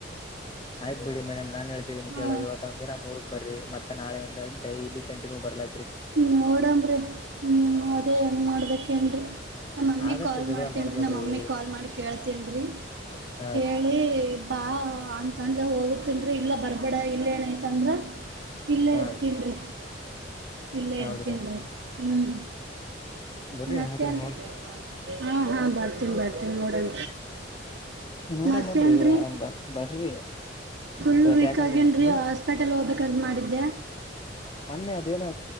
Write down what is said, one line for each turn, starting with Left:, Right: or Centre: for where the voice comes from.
Left: ಆಯ್ತ್ ಬಿಡಿ ಮೇಡಮ್ ನಾನ್ ಹೇಳ್ತಿದ್ದೀನಿ
Right: ಹಾ
Left: ಕೇಳೋ ಇವತ್ತು ಒಂದ ದಿನ ನಮ್ ಊರುಗ್ ಬರ್ರ ಮತ್ತ ನಾಳೆಯಿಂದ ಡೈಲಿ ಕಂಟಿನ್ಯೂ ಬರ್ಲ
Right: ನೋಡನ್ರಿ ಹ್ಮ್ ಅದೇ ಏನ್ ಮಾಡ್ಬೇಕ್ ಹೇಳ್ರಿ ನಮ್ಮಮ್ಮಿ
Left: ಆದಷ್ಟು
Right: ಕಾಲ್
Left: ಜಗಳ
Right: ಮಾಡ್ತನ್
Left: ಮಾಡ್ಬೇಡ್ರಿ
Right: ರಿ ನಮ್ಮಮ್ಮಿ ಕಾಲ್ ಮಾಡಿ ಕೇಳ್ತನ್
Left: ಹಾ
Right: ಕೇಳಿ
Left: ರೀ
Right: ಬಾ ಹಾ ಅಂತಂದ ಹೋಗತನ್ರಿ ಇಲ್ಲ ಬರ್ಬೇಡ ಇಲ್ಲ ಏನಯತಂದ್ರ ಇಲ್ಲೆ
Left: ಹಾ
Right: ಇರ್ತೀನ್
Left: ರೀ
Right: ರಿ ಇಲ್ಲೆ ಇರ್ತೀನ್ರಿ
Left: ಹೌದ್ರಿ
Right: ಹ್ಮ್
Left: ಬರ್ರಿ
Right: ಮತ್ತೆ
Left: ಆದ್ರ
Right: ಏನ್ರಿ
Left: ನೋಡ್
Right: ಹಾ ಹಾ ಬರ್ತೀನಿ ಬರ್ತಿ ನೋಡಣ
Left: ನೋಡಮಲ್ರಿ
Right: ಮತ್ತೇನ್ ರಿ
Left: ಬರ್ರಿ
Right: ಫುಲ್
Left: ಇವತ್
Right: ವೀಕ್
Left: ಯಾಕಂದ್ರೆ
Right: ಆಗೇನ್ರರಿ
Left: ನೀ
Right: ಹಾಸ್ಪಿಟಲ್ ಹೋಗ್ಬೇಕಂತ್ ಮಾಡಿದ್ದೆ
Left: ಮೊನ್ನೆ ಅದೇನೋ